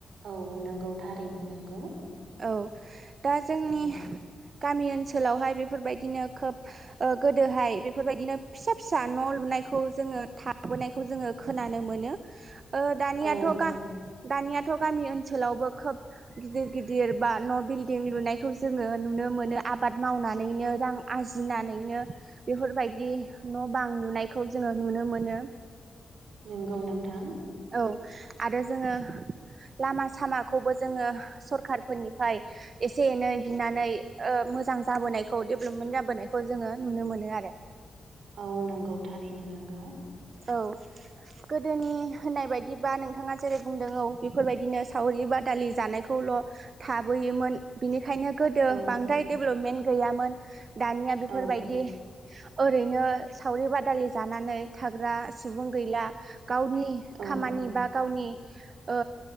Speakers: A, on the right; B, on the right.
A: औ नंगौ थारैनो नंगौ
B: औ दा जोंनि
A: औ
B: गामि ओनसोलावहाय बेफोरबायदिनो खोब गोदोहाय बेफोरबायदिनो फिसा फिसा न' लुनाय जोङो थाबोनायखौ जोङो खोनानो मोनो ओ दानियाथ'
A: औ
B: दानियाथ' गामि ओनसोलावबो खोब गिदिर गिदिर बा न' बिल्डिं लुनायखौ जोङो नुनो मोनो आबाद मावनानैनो रां आरजिनानै नो बेफोरबायदि न' बां लुनायखौ जोङो नुनो मोनो
A: नंगौ नोंथां
B: औ आरो जोङो लामा सामाखौबो जोङो सरखारफोरनिफ्राय एसे एनै बिनानै ओ मोजां जाबोनायखौ डेभेलपमेन्ट जाबोनायखौ जोङो नुनो मोनो आरो
A: औ नंगौ थारैनो नंगौ
B: औ
A: <unintelligible>
B: गोदोनि होननाय बायदिबा नोंथाङा जेरै बुंदों औ बेफोरबायदिनो सावरि बा दालि जानायखौल' थाबोयोमोन बिनि बेखायनो गोदो
A: औ
B: बांद्राय डेभलपमेन्ट गैयामोन दानिया बेफोरबायदि
A: औ
B: ओरैनो सावरि बादालि जानानै थाग्रा सुबुं गैला गावनि
A: औ
B: खामानि बा गावनि ओ